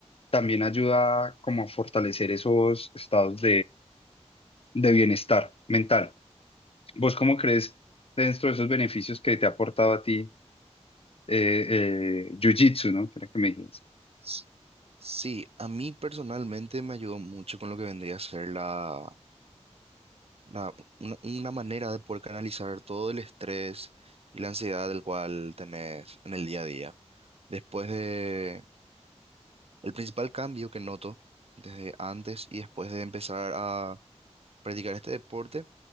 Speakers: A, on the left (about 55°); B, on the right (about 60°).
A: también ayuda como a fortalecer esos estados de bienestar mental. ¿Vos cómo crees dentro de esos beneficios que te ha aportado a ti eh, eh, Jiu-Jitsu, ¿no? Que era que me dijiste.
B: S- Sí, a mí personalmente me ayudó mucho con lo que vendría a ser la, la- una, una manera de poder canalizar todo el estrés y la ansiedad del cual tenés en el día a día. Después de, el principal cambio que noto desde antes y después de empezar a practicar este deporte